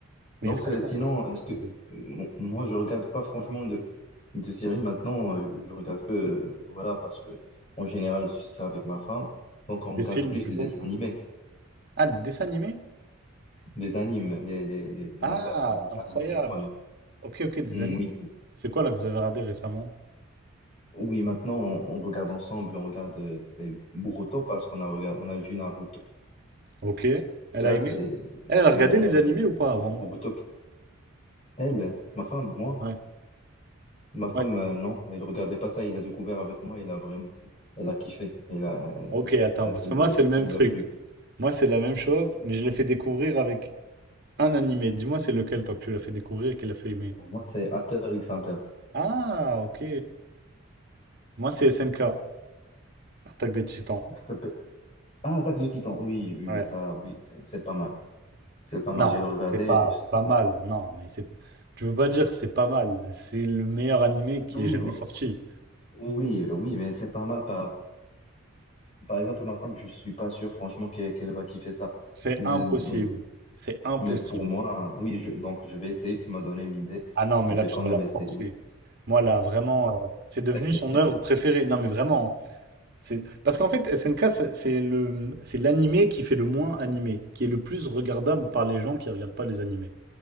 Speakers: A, on the left (about 30°); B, on the right (about 50°).
A: Donc,
B: mais franchement,
A: euh, sinon,
B: ouais,
A: est-ce que
B: pour des,
A: m- moi, je regarde pas franchement de, de séries maintenant. euh, Je regarde que, euh, voilà, parce que en général, c'est avec ma femme. Donc, on regarde
B: des films
A: plus
B: plutôt.
A: des dessins animés,
B: Ah, des dessins animés?
A: des animes, des, des, des, des
B: Ah,
A: mangas, des dessins
B: incroyable.
A: animés japonais.
B: Ok, ok, des
A: Mm,
B: animés.
A: oui, c'est-
B: C'est quoi là que vous avez regardé récemment?
A: oui, maintenant, on, on regarde ensemble, on regarde, euh, c'est Boruto parce qu'on a, regard- on a vu Naruto.
B: Ok. Elle
A: Là,
B: a aimé?
A: c'est,
B: Elle, elle
A: c'est
B: a regardé
A: le moment
B: les animés
A: de
B: ou pas avant?
A: de Boruto. qui- Elle, ma femme, moi.
B: Ouais.
A: Ma femme,
B: Ouais.
A: euh, non, elle regardait pas ça. Il a découvert avec moi. Elle a vraiment, elle a kiffé. Elle a, euh,
B: Ok, attends,
A: ça,
B: parce
A: ça lui,
B: que moi c'est le
A: ça
B: même
A: lui
B: truc.
A: a plu.
B: Moi c'est la même chose, mais je l'ai fait découvrir avec un animé. Dis-moi c'est lequel toi que tu l'as fait découvrir et qu'elle a fait aimer.
A: Pour moi, c'est Hunter x Hunter.
B: Ah, ok. Moi, c'est SNK, Attaque des Titans.
A: Ça s'appelle- Ah, Attaque du Titan. Oui, oui,
B: Ouais.
A: oui, ça, oui, c'est c'est pas mal. C'est pas mal.
B: Non,
A: J'ai regardé.
B: Ah, c'est pas
A: C'est-
B: pas mal. Non, mais c'est. Tu veux pas dire que c'est pas mal. C'est le meilleur animé qui
A: Oui,
B: est jamais
A: moi-
B: sorti.
A: oui, oui, mais c'est pas mal. Par, par exemple, ma femme, je suis pas sûr, franchement, qu'elle qu'elle va kiffer ça.
B: C'est
A: De-
B: impossible.
A: de- oui,
B: C'est impossible.
A: mais pour moi, oui. Je, donc, je vais essayer. Tu m'as donné une idée.
B: Ah non, mais
A: Je vais
B: là, tu
A: quand
B: dois
A: même
B: la
A: essayer.
B: forcer. Moi, là, vraiment, euh, c'est devenu
A: <laughs>
B: son œuvre préférée. Non, mais vraiment. hein. C'est parce qu'en fait, SNK, ça- c'est le c'est l'animé qui fait le moins animé, qui est le plus regardable par les gens qui regardent pas les animés.